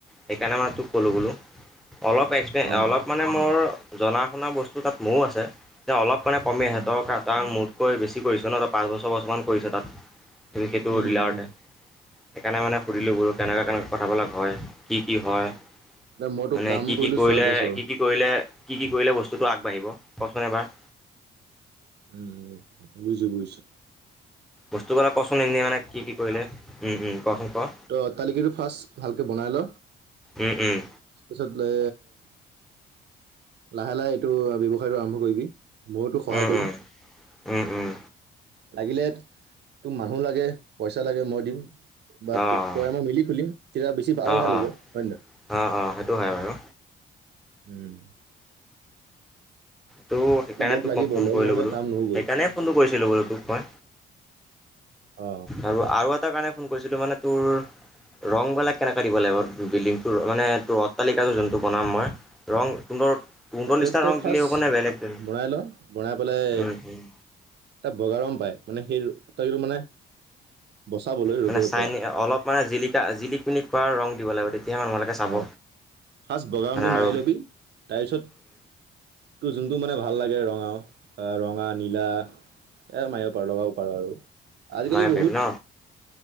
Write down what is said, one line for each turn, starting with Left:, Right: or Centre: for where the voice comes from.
Centre: সেইকাৰণে মানে তোক ক'লো বোলো। অলপ এক্সপে,
Right: অ',
Centre: অলপ মানে মোৰ জনা শুনা বস্তু তাত মোৰো আছে। যে অলপ কাৰণে কমি
Right: উম,
Centre: সিহঁতৰ তাৰ মোতকৈ বেছি কৰিছোঁ ন। তাত পাঁচ বছৰ বছৰমান কৰিছে তাত। এ সিইটো
Right: উম,
Centre: ডিলাৰটে।
Right: উম,
Centre: সেইকাৰণে মানে সুধিলোঁ। বাৰু কেনেকুৱৈ কেনেকৈ কথাবিলাক হয়, কি কি হয়।
Right: এতিয়া মই তোক
Centre: মানে
Right: কাম
Centre: কি
Right: কৰিলো
Centre: কি কৰিলে,
Right: ছয় বছৰ
Centre: কি কি কৰিলে কি কি কৰিলে বস্তুটো আগবাঢ়িব কোৱাচোন এবাৰ?
Right: উম' বুজিছোঁ বুজিছোঁ।
Centre: বস্তুবিলাক কোৱাচোন, এনেই মানে কি কি কৰিলে উম, উম, কোৱাচোন কোৱা।
Right: ত' অট্টালিকাটো ফাৰ্ষ্ট ভালকৈ বনাই ল।
Centre: উম উম
Right: তাৰপিছত বোলে লাহে লাহে এইটো, ব্যৱসায়টো আৰম্ভ কৰিবি। মইয়োতো সহায়
Centre: উম
Right: কৰিম্শ।
Centre: উম উম উম
Right: লাগিলে তোক মানুহ লাগে, পইচা লাগে, মই দিম। বা
Centre: অঁ
Right: তই মই মিলি খুলিম। তেতিয়া বেছি বা, আৰু
Centre: অঁ
Right: ভাল হ'ব।
Centre: অঁ
Right: হয় নে নহয়?
Centre: অঁ অঁ সেইটো হয় বাৰু
Right: উম।
Centre: তো সেইকাৰণে
Right: তোৰ লগ
Centre: তোক
Right: লাগিবই
Centre: মই ফোন
Right: লগ
Centre: কৰিলোঁ
Right: নহ'লে
Centre: বোলো।
Right: কাম নহ'বই
Centre: সেইকাৰণে ফোনটো কৰিছিলোঁ বোলো তোক মই।
Right: অ
Centre: আৰু আৰু এটা কাৰণে ফোন কৰিছিলোঁ। মানে তোৰ ৰংবিলাক কেনেকে দিব লাগিব বিল্ডিংটোৰ, মানে তোৰ অট্টালিকাটো যোনটো বনাম মই। ৰং তহন্তৰ
Right: অথনিতো
Centre: নিচিনা
Right: তই
Centre: ৰং
Right: ফাৰ্ষ্ট
Centre: দিলে হ'ব। নে বেলেগ দিম?
Right: বনাই লওঁ। বনাই পেলাই,
Centre: উম, উম।
Right: এটা বগা ৰং পায়। মানে সেই তাইৰো মানে। বচাবলৈ
Centre: মানে
Right: ৰ'দৰ
Centre: চাইন,
Right: পৰা
Centre: অলপ মানে জিলিকা, জিলিক-মিলিক কৰা ৰং দিব লাগিব, তেতিয়াহে মানুহবিলাকে চাব।
Right: অ ফাৰ্ষ্ট বগা
Centre: মানে
Right: ৰংটো
Centre: আৰু
Right: মাৰি লবি। তাৰপিছত তোৰ যোনটো মানে ভাল লাগে ৰঙাও ৰঙা নীলা। এ মাৰিব পাৰো লগাব পাৰো আৰু আজিকালি
Centre: ময়ে
Right: বহুত
Centre: পাৰিম ন